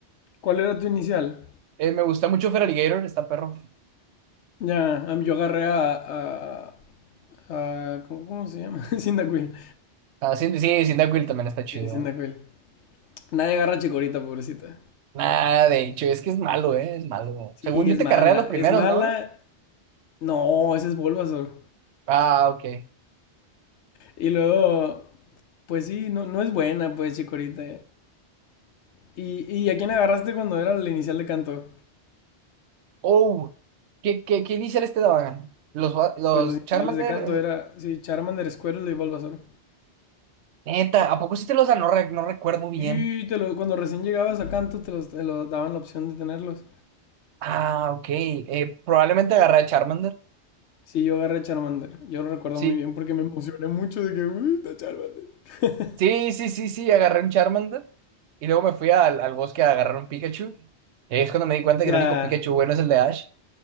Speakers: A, on the left; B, on the right.
A: ¿Cuál era tu inicial?
B: Eh, me gusta mucho Feraligatr, está perro.
A: Ya, a mí yo agarré a, a, a- ¿cómo, cómo se llama? <laughs> Cyndaquil.
B: Ah, sí, sí, Cyndaquil también está chido.
A: Sí, Cyndaquil. Nadie agarra a Chikorita, pobrecita.
B: Nada, de hecho, es que es malo, ¿eh? Es malo.
A: Sí,
B: Según
A: es
B: yo te
A: mala.
B: carrea los primeros,
A: Es mala
B: ¿no?
A: No, ese es Bulbasaur.
B: Ah, ok.
A: Y luego, pues sí, no, no es buena, pues, Chikorita. ¿Y, y a quién agarraste cuando era la inicial de canto?
B: Oh, ¿qué, qué, qué inicial este daban? Los, va- los
A: Pues los
B: Charmander,
A: iniciales de canto
B: eh,
A: era, sí, Charmander, Squirtle y Bulbasaur.
B: neta, ¿a poco sí te los dan? No, re- no recuerdo bien.
A: Sí, te lo, cuando recién llegabas a canto te, los, te lo daban la opción de tenerlos.
B: Ah, ok. Eh, probablemente agarré a Charmander.
A: Sí, yo agarré Charmander. Yo lo recuerdo
B: Sí,
A: muy bien porque me emocioné mucho de que, uy, está Charmander. <laughs>
B: Sí, sí, sí, sí, agarré un Charmander y luego me fui al, al bosque a agarrar un Pikachu. Y ahí es cuando me di cuenta que
A: Ya,
B: el único Pikachu bueno es el de Ash.